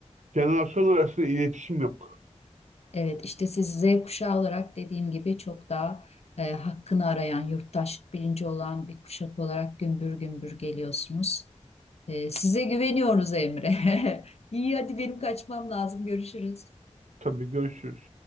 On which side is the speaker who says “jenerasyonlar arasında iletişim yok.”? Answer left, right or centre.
Right